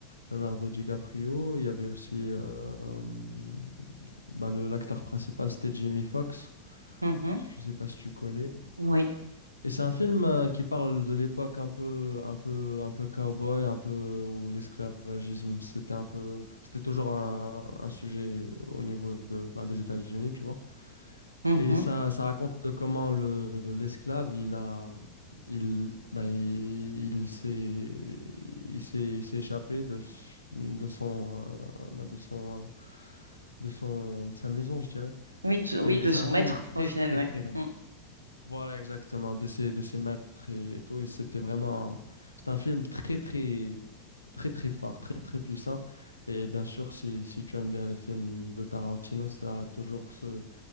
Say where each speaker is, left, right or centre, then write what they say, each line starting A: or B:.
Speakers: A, on the left; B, on the right.
A: Leonardo DiCaprio. Il y avait aussi euh, hum, bah, le, l'acteur principal, c'était Jamie Foxx.
B: Mhm.
A: Je sais pas si tu connais.
B: Oui.
A: Et c'est un film euh, qui parle de l'époque un peu, un peu, un peu cowboy, un peu où l'esclavagisme, c'était un peu, c'était toujours un, un sujet au niveau de, ben, des États-Unis, tu vois.
B: Mhm.
A: Et ça, ça raconte comment le, l'esclave, il a, il, ben, il, il s'est, il s'est, il s'est échappé de, s- de son, euh, ben, de son, euh, de son, de sa maison, je dirais.
B: Oui, de, oui,
A: Et
B: de
A: c'est
B: son
A: un film
B: maître,
A: très,
B: au final,
A: très,
B: ouais.
A: très, intense
B: Mm.
A: voilà, exactement, de ses, de ses maîtres et, et tout. Et c'était vraiment, c'est un film très, très, très, très fort, très, très puissant. Et bien sûr, si, si tu aimes bien les films de Tarantino, ça a toujours ce,